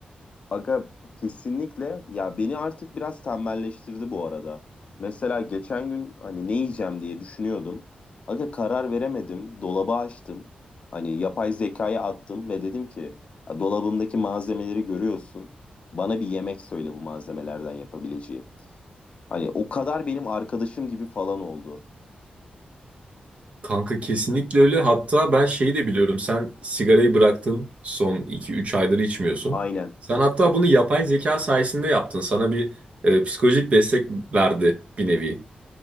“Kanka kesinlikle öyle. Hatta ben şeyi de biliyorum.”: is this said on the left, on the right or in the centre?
Right